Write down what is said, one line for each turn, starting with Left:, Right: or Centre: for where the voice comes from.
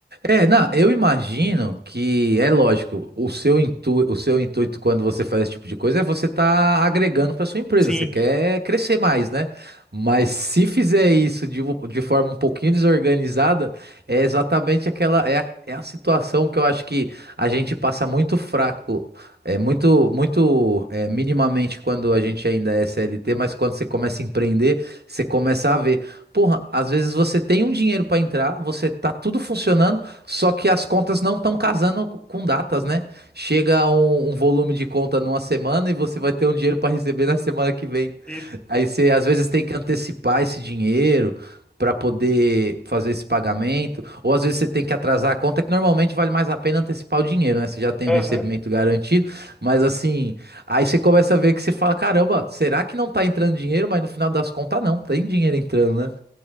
Right: É, não, eu imagino que é lógico, o seu intu, o seu intuito quando você faz esse tipo de coisa é você tá agregando para sua empresa,
Centre: Sim,
Right: você quer crescer mais, né? Mas se fizer isso de, vo- de forma um pouquinho desorganizada, é exatamente aquela é a, é a situação que eu acho que a gente passa muito fraco, é muito muito é, minimamente quando a gente ainda é CLT, mas quando você começa a empreender, você começa a ver, porra, às vezes você tem um dinheiro para entrar, você tá tudo funcionando só que as contas não estão casando com datas, né? Chega um, um volume de conta numa semana e você vai ter um dinheiro para receber na semana que vem.
Centre: isso.
Right: Aí você às vezes tem que antecipar esse dinheiro para poder fazer esse pagamento, ou às vezes você tem que atrasar a conta, que normalmente vale mais a pena antecipar o dinheiro, né? Você já tem
Centre: Aham.
Right: o recebimento garantido, mas assim, aí você começa a ver que você fala, caramba, será que não tá entrando dinheiro? Mas no final das contas não, tem dinheiro entrando, né?